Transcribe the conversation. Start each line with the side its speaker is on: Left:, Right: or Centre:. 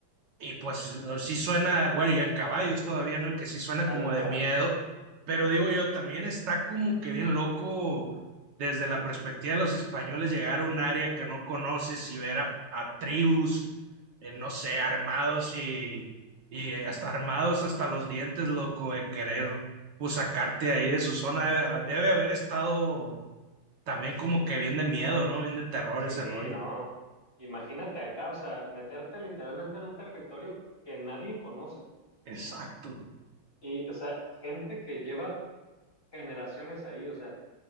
Right: y pues no, sí suena, bueno, y en caballos todavía, ¿no? Y que sí suena
Left: tal
Right: como
Left: cual.
Right: de miedo, pero digo yo, también está como que bien loco desde la perspectiva de los españoles llegar a un área que no conoces y ver a, a tribus, eh, no sé, armados y, y hasta armados hasta los dientes, loco, de querer pues sacarte de ahí de su zona. Debe, debe haber estado también como que bien de miedo, ¿no? Bien de terror
Left: Sí,
Right: ese rollo.
Left: no. Imagínate acá, o sea, meterte literalmente en un territorio que nadie conoce
Right: Exacto.
Left: y, o sea, gente que lleva generaciones ahí, o sea,